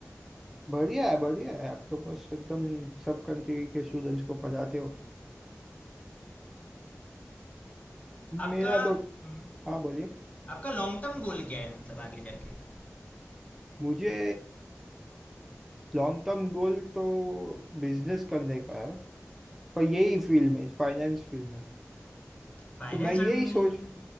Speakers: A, in the centre; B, on the left (about 25°).
A: बढ़िया है बढ़िया है आप तो बस एकदम सब कंट्री के स्टूडेंट्स को पढ़ाते हो
B: आपका
A: मेरा
B: हम्म,
A: तो हाँ बोलिए
B: आपका लॉन्ग टर्म गोल क्या है मतलब आगे जाके
A: मुझे लॉन्ग टर्म गोल तो बिजनेस करने का है पर यही फील्ड में फाइनेंस फील्ड में
B: फाइनेंस
A: तो मैं यही
B: में
A: सोच